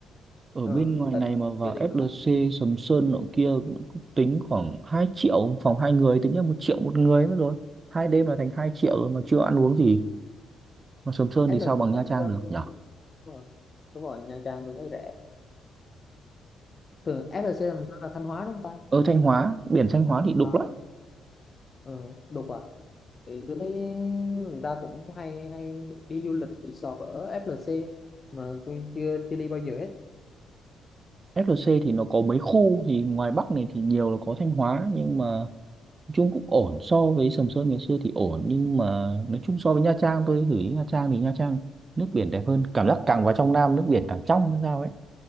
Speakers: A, on the right; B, on the left.
A: ở
B: ừ,
A: bên ngoài
B: tại
A: này mà vào
B: chưa đi
A: FLC
B: ngoài Bắc
A: Sầm Sơn nọ kia cũng cũng tính khoảng 2 triệu phòng hai người tính là một triệu một người mất rồi hai đêm là thành hai triệu rồi mà chưa ăn uống gì mà Sầm Sơn thì
B: FLC
A: sao bằng Nha
B: Sầm
A: Trang
B: Sơn
A: được
B: đúng
A: nhở
B: rồi. đúng rồi Nha Trang tôi thấy rẻ thường FLC Sầm Sơn là Thanh Hóa đúng không ta
A: ở Thanh Hóa biển Thanh Hóa thì đục
B: ờ
A: lắm
B: ừ, đúng thì tôi thấy người ta cũng hay hay đi du lịch resort ở FLC mà tôi chưa chưa đi bao giờ hết
A: FLC thì nó có mấy khu thì ngoài Bắc này thì nhiều là có Thanh Hóa nhưng mà nói chung cũng ổn so với Sầm Sơn ngày xưa thì ổn nhưng mà nói chung so với Nha Trang tôi gửi Nha Trang thì Nha Trang nước biển đẹp hơn cảm giác càng vào trong Nam nước biển càng trong hay sao ấy